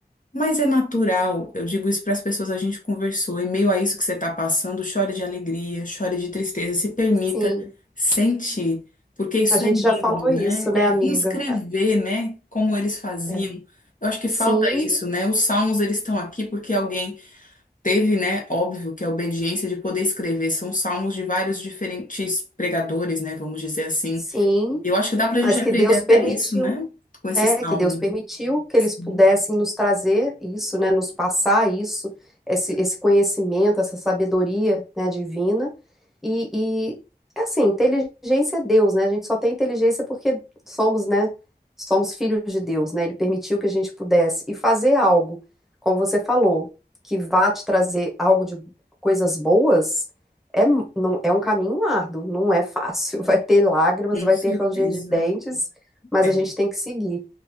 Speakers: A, on the left; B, in the centre.
A: Mas é natural, eu digo isso para as pessoas, a gente conversou, em meio a isso que você está passando, chore de alegria, chore de tristeza, se permita
B: Sim,
A: sentir, porque isso
B: a gente
A: é lindo,
B: já falou isso,
A: né?
B: né,
A: É
B: amiga?
A: vir escrever,
B: Ah,
A: né? Como eles faziam.
B: É.
A: Eu acho que
B: Sim.
A: falta isso, né? Os salmos, eles estão aqui porque alguém teve, né? Óbvio que a obediência de poder escrever. São salmos de vários diferentes pregadores, né? Vamos dizer assim.
B: Sim,
A: Eu acho que dá para a
B: mas
A: gente aprender
B: que Deus
A: até
B: permitiu.
A: isso, né? Com esse
B: É,
A: salmo.
B: que Deus permitiu que
A: Sim,
B: eles pudessem nos trazer isso, né, nos passar isso, esse, esse conhecimento, essa sabedoria, né, divina. E, e, é assim, inteligência é Deus, né? A gente só tem inteligência porque somos, né, somos filhos de Deus, né? Ele permitiu que a gente pudesse e fazer algo, como você falou, que vá te trazer algo de coisas boas. É, mu- não, é um caminho árduo, não é fácil. <laughs> Vai ter lágrimas,
A: com
B: vai
A: certeza.
B: ter ranger de dentes, mas
A: É.
B: a gente tem que seguir.